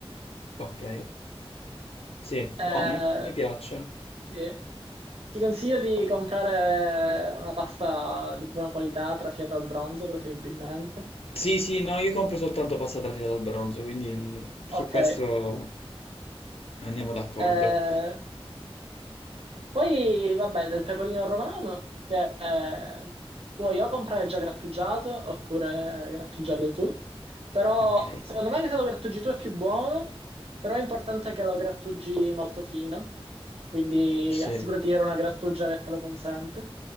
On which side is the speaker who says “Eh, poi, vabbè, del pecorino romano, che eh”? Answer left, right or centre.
Right